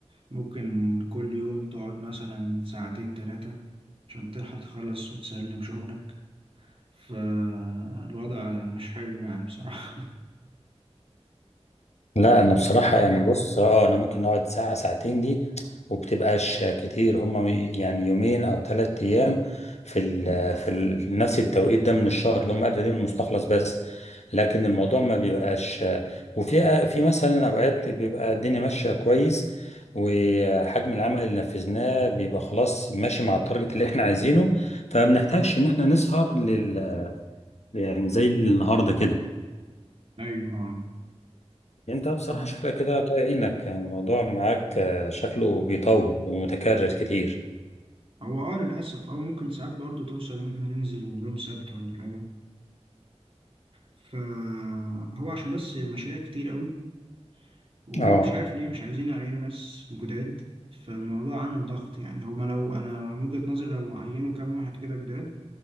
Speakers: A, on the right; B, on the left.
A: ممكن كل يوم تقعد مثلا ساعتين تلاتة عشان تلحق تخلص وتسلم شغلك فالوضع مش حلو يعني بصراحة
B: لا انا بصراحة يعني بص اه انا ممكن نقعد ساعة ساعتين دي وبتبقاش كتير هما يعني يومين او ثلاث ايام في ال في ال نفس التوقيت ده من الشهر اللي هم قبل يوم المستخلص بس لكن الموضوع ما بيبقاش وفي في مثلا اوقات بيبقى الدنيا ماشية كويس وحجم العمل اللي نفذناه بيبقى خلاص ماشي مع التارجت اللي احنا عايزينه فما بنحتاجش ان احنا نسهر لل يعني زي النهارده كده
A: <laughs> أيوة
B: انت بصراحة
A: طب
B: شكلك كده الله يعينك يعني الموضوع معاك آه، شكله بيطول ومتكرر كتير
A: هو اه للأسف أو ممكن ساعات برضه توصل إن احنا ننزل يوم سبت ولا حاجة فهو عشان بس مشاريع كتير قوي وهم
B: اه
A: مش عارف ليه مش عايزين يعينوا ناس جداد فالموضوع عامل ضغط يعني هما لو انا من وجهة نظري لو عينوا كام واحد كده جداد